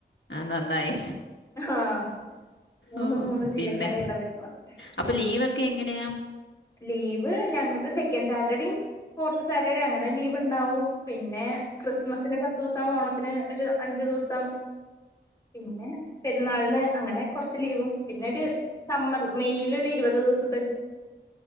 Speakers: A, on the left; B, on the left.
A: നന്നായി
B: ആഹ് മൂന്ന്
A: ഓ
B: മൂന്ന് ജില്ലക്കാരായിട്ടാ
A: പിന്നെ
B: നിക്കുന്നത്
A: അപ്പൊ ലീവ് ഒക്കെ എങ്ങനെയ
B: ലീവ് ഞങ്ങൾക്ക് സെക്കൻഡ് സാറ്റർഡേയും ഫോർത്ത് സാറ്റർഡേ അങ്ങനെ ലീവ് ഇണ്ടാവും പിന്നെ ക്രിസ്മസിന് പത്ത് ദിവസം ഓണത്തിന് ഒരു അഞ്ചു ദിവസം പിന്നെ പെരുന്നാളിന് അങ്ങനെ കുറച്ച് ലീവും പിന്നെ ഒരു സമ്മർ മെയിൽ ഒരു ഇരുപത് ദിവസം